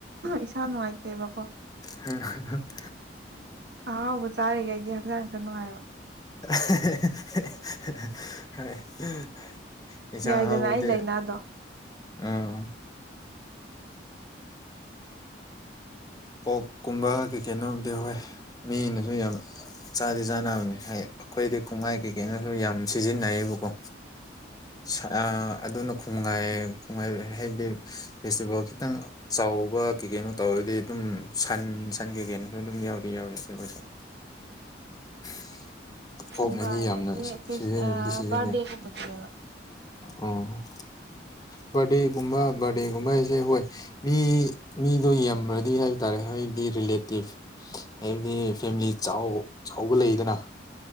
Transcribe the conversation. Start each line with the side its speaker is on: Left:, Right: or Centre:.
Right: ꯏꯁꯥ ꯅꯨꯡꯉꯥꯏꯇꯦꯕꯀꯣ
Left: <unintelligible>
Right: ꯑꯍꯥꯎꯕ ꯆꯥꯔꯤꯈꯩꯗꯤ ꯍꯛꯆꯥꯡ ꯈꯔ ꯅꯨꯡꯉꯥꯏꯕ
Left: <unintelligible> ꯏꯟꯁꯥꯡ
Right: ꯌꯥꯏꯗꯅ
Left: ꯑꯍꯥꯎꯕꯗꯤ
Right: ꯑꯩ ꯂꯥꯏꯅꯥꯗꯣ
Left: ꯎꯝ ꯄꯣꯛꯀꯨꯝꯕ ꯀꯩ ꯀꯩꯅꯣꯕꯨꯗꯤ ꯍꯥꯎꯋꯦ ꯃꯤꯅꯁꯨ ꯌꯥꯝ ꯆꯥꯗꯤ ꯆꯥꯅꯕꯅꯦ ꯍꯥꯏ ꯑꯩꯈꯣꯏꯗꯤ ꯈꯨꯡꯒꯥꯏ ꯀꯩꯀꯩꯅꯣꯁꯨ ꯌꯥꯝ ꯁꯤꯖꯤꯟꯅꯩꯌꯦꯕꯀꯣ ꯁ ꯑ ꯑꯗꯨꯅꯦ ꯈꯨꯅꯨꯡꯉꯥꯏꯌꯦ ꯍꯥꯏꯕꯗꯤ ꯐꯦꯁꯇꯤꯚꯦꯜ ꯈꯤꯇꯪ ꯆꯥꯎꯕ ꯀꯩ ꯀꯩꯅꯣ ꯇꯧꯔꯗꯤ ꯑꯗꯨꯝ ꯁꯟ ꯁꯟ ꯀꯩ ꯀꯩꯅꯣꯁꯨ ꯑꯗꯨꯝ ꯌꯥꯎꯗꯤ ꯌꯥꯎꯌꯦ ꯑꯗꯨ ꯑꯩꯈꯣꯏꯁꯨ <unintelligible> ꯀꯣꯛꯅꯗꯤ
Right: ꯀꯣꯡꯒꯥꯏ
Left: ꯌꯥꯝꯅ
Right: ꯍꯥꯏꯁꯦ
Left: ꯁꯤ ꯁꯤꯖꯤꯅꯗꯤ ꯁꯤꯖꯟꯅꯩ
Right: ꯕꯥꯔꯗꯦꯒꯨꯝꯕꯗꯅꯦꯕ
Left: ꯑꯣ ꯕꯥꯔꯗꯦꯒꯨꯝꯕ ꯕꯥꯔꯗꯦꯒꯨꯝꯕ ꯍꯥꯏꯁꯦ ꯍꯣꯏ ꯃꯤ ꯃꯤꯗꯣ ꯌꯥꯝꯔꯗꯤ ꯍꯥꯏꯕ ꯇꯥꯔꯦ ꯑꯩꯗꯤ ꯔꯤꯂꯦꯇꯤꯞ ꯍꯥꯏꯕꯗꯤ ꯐꯦꯃꯤꯂꯤ ꯆꯥꯎ ꯆꯥꯎꯕ ꯂꯩꯗꯅ